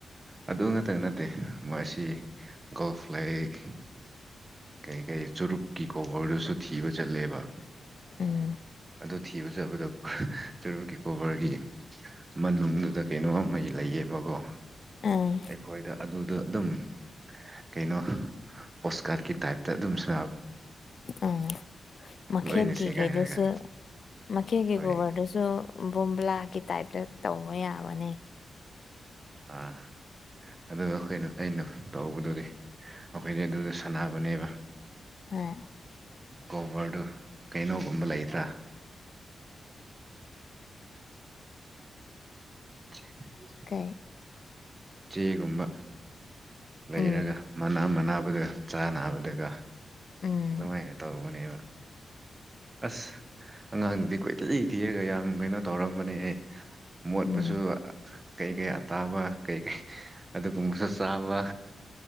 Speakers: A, on the right (about 35°); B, on the left (about 60°).
A: ꯑꯗꯨ ꯉꯛꯇ ꯅꯠꯇꯦ ꯃꯁꯤ ꯒꯣꯜꯐ ꯂꯛ ꯀꯩ ꯀꯩ ꯆꯨꯔꯨꯞꯀꯤ ꯀꯣꯕꯔꯗꯨꯁꯨ ꯊꯤꯕ ꯆꯠꯂꯦꯕ
B: ꯎꯝ
A: ꯑꯗꯨ ꯊꯤꯕ ꯆꯠꯕꯗ ꯆꯨꯔꯨꯀꯤꯀꯣꯕꯔꯒꯤ ꯃꯅꯨꯡꯗꯨꯗ ꯀꯩꯅꯣ ꯑꯃꯒꯤ ꯂꯩꯌꯦꯕꯀꯣ
B: ꯑꫭ
A: ꯑꯩꯈꯣꯏꯗ ꯑꯗꯨꯗ ꯑꯗꯨꯝ ꯀꯩꯅꯣ ꯑꯣꯁꯀꯥꯔꯠꯀꯤ ꯇꯥꯏꯞꯇ ꯑꯗꯨꯝ ꯁ
B: ꯑꫭ ꯃꯈꯦꯛꯀꯤ
A: ꯂꯣꯏꯅ ꯁꯦꯒꯥꯏꯔꯒ
B: ꯀꯩꯗꯨꯁꯨ ꯃꯈꯦꯛꯀꯤ
A: ꯍꯣꯏ
B: ꯒꯣꯕꯔꯗꯨꯁꯨ ꯕꯣꯝꯂꯥꯒꯤ ꯇꯥꯏꯞꯇ ꯇꯧꯕ ꯌꯥꯕꯅꯦ
A: ꯑꯥ ꯑꯗꯨꯒ ꯑꯩꯈꯣꯏꯅ ꯑꯩꯅ ꯇꯧꯕꯗꯨꯗꯤ ꯑꯩꯈꯣꯏꯗꯤ ꯑꯗꯨꯗ ꯁꯅꯥꯕꯅꯦꯕ
B: ꯍꫭꯏ
A: ꯒꯣꯕꯔꯗꯨ ꯀꯩꯅꯣꯒꯨꯝꯕ ꯂꯩꯇ꯭ꯔꯥ <inaudible>
B: ꯀ ꯀꯩ
A: ꯆꯦꯒꯨꯝꯕ ꯂꯩꯔꯒ
B: ꯎꯝ
A: ꯃꯅꯥ ꯃꯅꯥꯕꯒ ꯆꯥ ꯅꯥꯅꯕꯗꯒ
B: ꯎꯝ
A: ꯑꯗꯨꯃꯥꯏꯅ ꯇꯧꯕꯅꯦꯕ ꯑꯁ ꯑꯉꯥꯡꯗꯨꯗꯤ ꯀꯣꯏꯊꯂꯤ ꯊꯤꯔꯒ ꯌꯥꯝ ꯀꯩꯅꯣ ꯇꯧꯔꯝꯕꯅꯦ ꯑꯦ ꯃꯣꯠꯄꯁꯨ
B: ꯎꯝ
A: ꯀꯩꯀꯩ ꯑꯇꯥꯕ ꯀꯩꯀꯩ ꯑꯗꯨꯒꯨꯝꯕꯁꯨ ꯆꯥꯕ